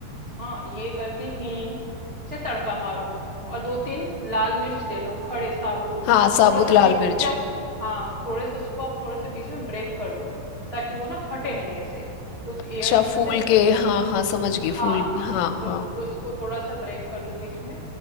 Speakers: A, on the right; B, on the left.
A: हाँ ये करके हींग से तड़का मारो और दो तीन लाल मिर्च ले लो खड़े साबुत
B: हाँ साबुत
A: थोड़ा सा
B: लाल
A: बीच में
B: मिर्च
A: से आप हाँ थोड़े से उसको आप थोड़े से बीच में ब्रेक कर दो ताकि वो ना फटे नहीं ऐसे कुछ
B: अच्छा
A: एयर उसमें
B: फूल
A: से निकलता
B: के
A: रहे
B: हाँ हाँ समझ गई
A: हाँ
B: फूल
A: हाँ
B: हाँ
A: तो
B: हाँ
A: उसको थोड़ा सा ब्रेक कर दो बीच में